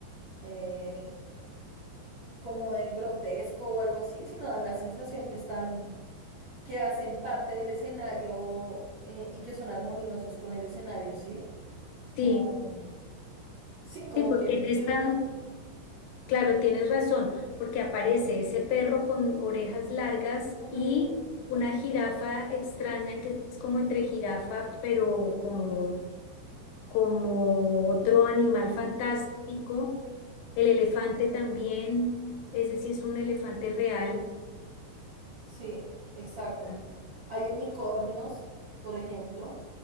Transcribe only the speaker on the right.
eh, como de grotesco o algo así, sino dan la sensación que están, que hacen parte del escenario eh, y que son armoniosos con el escenario, ¿sí? Como,
sí, como
que viven
ahí
Ujú.
Sí, exacto.
Hay unicornios, por ejemplo.